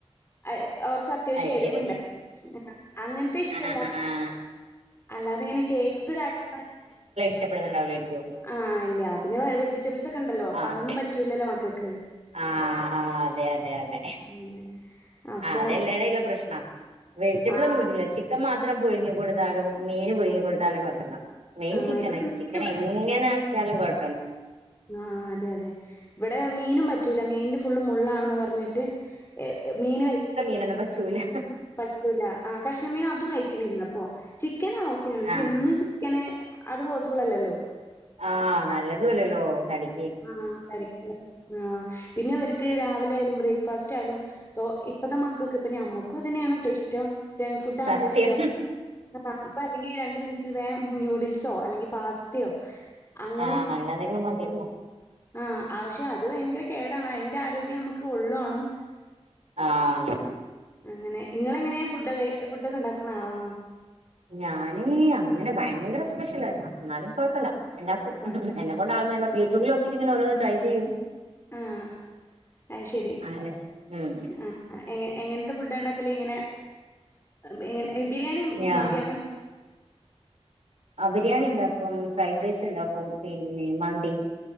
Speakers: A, on the left; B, on the right.
A: അത് കൊർച്ച ത്യാവശ്യം
B: അത്
A: എരിവുണ്ടായ്നി.
B: ശരി
A: അങ്ങൻത്തെത് ഇഷ്ടല്ല.
B: ആഹ് ആഹ്
A: അല്ലാതെ ഇങ്ങനെ കേക്സ് കാര്യങ്ങള്
B: ഇഷ്ടപ്പെടുന്നുണ്ടാവൂലായിരിക്ക്യൊ.
A: ആഹ് ഇല്ല്യ. പിന്നെ വെജിറ്റബിൾസ് ഒക്കെണ്ടല്ലോ അപ്പൊ
B: ആഹ്
A: അതൊന്നും പറ്റൂല്ലല്ലോ മക്കക്ക്.
B: ആഹ് ആഹ് അതെ അതെ അതെ.
A: അങ്ങനെ അപ്പൊ
B: ആഹ് അതെല്ലെടെ ഇല്ല പ്രശ്‌നാ. വെജിറ്റബിൾ
A: ആ
B: ഒന്നും പറ്റൂല്ല. ചിക്കൻ മാത്രം പുഴുങ്ങി കൊടുത്താലും മീൻ പുഴുങ്ങി കൊടുത്താലും കൊഴപ്പല്ല. മെയിൻ
A: ആ
B: ചിക്കനായ്.
A: ഇവിടെ മീനും
B: ചിക്കൻ എങ്ങനാക്കിയാലും കൊഴപ്പല്ല.
A: ആഹ് അതെ അതെ. ഇവടെ മീനും പറ്റൂല മീൻല് ഫുള്ള് മുള്ളാണ് ന്ന് പറഞ്ഞിട്ട്. ഏഹ് മീന് കയി <inaudible>
B: നൊന്നും പറ്റൂല.
A: പറ്റൂല. ആഹ് കഷ്ണമീൻ അതും കഴിക്ക്ണില്ല പ്പൊ. ചിക്കന് ഓക്കെയാണ്. പക്ഷെ
B: ആഹ്
A: എന്നും ചിക്കന്, അത് പോസിബിളല്ലല്ലോ.
B: ആഹ് നല്ലതു അല്ലല്ലോ തടി
A: ആഹ് തടിക്ക്. ആഹ്. പിന്നെ അവർക്ക് രാവിലെ ആയാലും ബ്രേക്ക്ഫാസ്റ്റ് ആയാലും തോ ഇപ്പത്ത മക്കക്ക് ഇപ്പ ഞമ്മക്കും അതന്നേണ് ട്ടൊ ഇഷ്ടം. ജെംങ് ഫുഡാണല്ലോ
B: സത്യം
A: ഇഷ്ടം. <unintelligible> ഇപ്പ അല്ലെങ്കി രണ്ട്‌ മിൻറ്റില് വേം നൂഡിൽസോ അല്ലെങ്കി പാസ്തയോ. അങ്ങനെയൊക്കെ
B: ആഹ് അങ്ങനെന്തെങ്കിലും മത്യല്ലോ.
A: ആഹ് ആഹ് പക്ഷെ അത് വയങ്കര കേടാണ്. അയിന്റെ ആരോഗ്യേ നമുക്ക് ഒള്ള്വാണും.
B: ആഹ്.
A: അങ്ങനെ. ഇങ്ങളെങ്ങനെയാ ഫുഡൊകെ, ഫുഡൊക്കെണ്ടാക്ണ ആളാണോ?
B: ഞാന് അങ്ങനെ ഭയങ്കര സ്പെഷ്യലല്ലാ. ഇന്നാലും കൊഴപ്പല്ല. ഇണ്ടാക്കും.
A: കൊഴപ്പല്ല.
B: എന്നെ കൊണ്ടാവുന്നെ എല്ലാം യൂടൂബിലോക്കീറ്റ്ങ്ങനെ ഓരോന്ന് ട്രൈ ചെയ്യും.
A: ആഹ് അഹ്ശെരി.
B: അങ്ങനെ ഉം
A: ആഹ്. ആഹ് എങ്ങൻ എങ്ങൻത്ത ഫുഡാണ്ടാക്കല്? ഇങ്ങനെ എഹ് <unintelligible> ബിരിയാണിം
B: ഞാ
A: മന്തി അങ്ങൻ
B: ആഹ് ബിരിയാണി ണ്ടാക്കും, ഫ്രൈഡ് റൈസ്ണ്ടാക്കും പിന്നെ മന്തി.